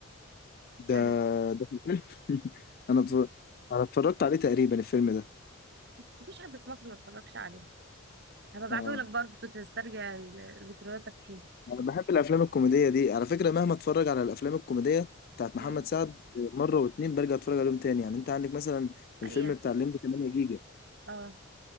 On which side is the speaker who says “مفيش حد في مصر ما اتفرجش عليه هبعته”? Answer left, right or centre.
Right